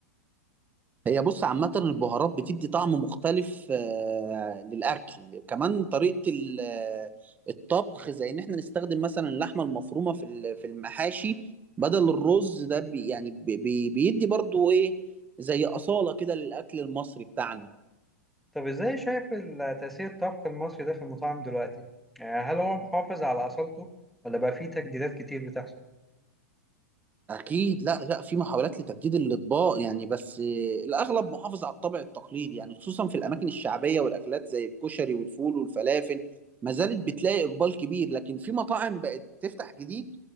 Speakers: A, on the right; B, in the centre.
A: هي بص عامة البهارات بتدي طعم مختلف آه، للأكل كمان طريقة ال- آه، الطبخ زي إن إحنا نستخدم مثلا اللحمة المفرومة في ال- في المحاشي بدل الرز ده بي يعني بي بي- بيدي برضو إيه زي أصالة كده للأكل المصري بتاعنا
B: طب إزاي شايف ال- تأثير الطبخ المصري ده في المطاعم دلوقتي؟ يعني هل هو محافظ على أصالته ولا بقى فيه تجديدات كتير بتحصل؟
A: أكيد لا لا في محاولات لتجديد الأطباق يعني بس آه، الأغلب محافظ على الطابع التقليدي يعني خصوصا في الأماكن الشعبية والأكلات زي الكشري والفول والفلافل ما زالت بتلاقي إقبال كبير لكن في مطاعم بقت تفتح جديد